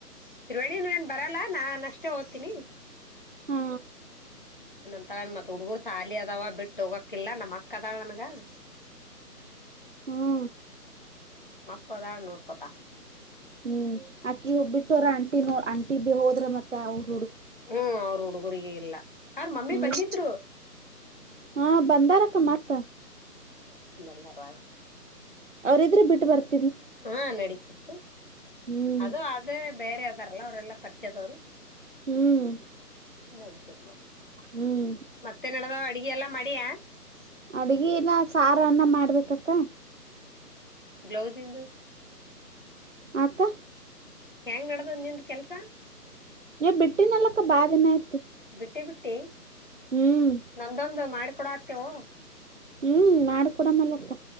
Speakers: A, on the left; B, on the right.
A: ತ್ರಿವೇಣಿವೇನ್ ಬರಲ್ಲ ನಾನ್ ಅಷ್ಟೇ ಓದ್ತೀನಿ
B: ಹಾ
A: ಅಳ ಮತ್ ಹುಡ್ಗರ್ ಸಾಲಿ ಅದಾವ ಬಿಟ್ಟ ಹೋಗಕಿಲ್ಲ ನಮ್ಮ ಅಕ್ಕ ಅದಾಳ ನನ್ಗ
B: ಹಾ
A: ಕೊದ ನೋರ್ ಕೊತಾ
B: ಹ್ಮ್ ಆಕ್ಕಿ ಒೋಗಬ್ಬಿಟ್ಟೋರ ಆಂಟಿ ನೋ ಆಂಟಿ ಬಿ ಹೋದ್ರ ಮತ್ತೆ ಅವ್ರು
A: ಹ್ಮ ಅವ್ರ ಹುಡುಗರಿಗೆ ಇಲ್ಲ ಅವ್ರ ಮಮ್ಮಿ
B: ಹ್ಮ್
A: ಬಂದಿದ್ರು
B: ಹಾ ಬಂದಾರಕ್ಕ ಮತ್ತ
A: ಬಂದರ್ವಾ
B: ಅವ್ರ ಇದ್ರೆ ಬಿಟ್ಟ ಬರ್ತಾರೆ
A: ಹಾ ನಡೀತಿತ್ತು
B: ಹ್ಮ್
A: ಅದು ಅದೇ ಬೇರೆ ಅದಾರಲ್ಲ ಅವರೆೆಲ್ಲಾ ಪರಿಚದವ್ರು
B: ಹ್ಮ್
A: ನಡೀತದ
B: ಹ್ಮ್
A: ಮತ್ತೆ ನಡದಾವ ಅಡ್ಗೆ ಎಲ್ಲಾ ಮಾಡಿಯ
B: ಅಡ್ಗಿನ ಸಾರನ್ನ ಮಾಡ್ಬೇಕಕ್ಕ
A: ಗ್ಲೋಸ್ ಇಂದು
B: ಆಕ್ಕ
A: ಹೆಂಗ್ ನಡ್ ದದು ನಿಂದು ಕೆಲ್ಸ
B: ಬಿಟ್ಟಿನಲ್ಲಕ್ಕ ಬಾನ ಆಯ್ತು
A: ಬಿಟ್ಟಿ ಬಿಟ್ಟಿ
B: ಹ್ಮ್
A: ನಂದೊಂದು ಮಾಡ್ಕ ಕಡ ಆತೇವು
B: ಹ್ಮ್ ಮಾಡ್ಕೊಡಮಲ್ಲಕ್ಕ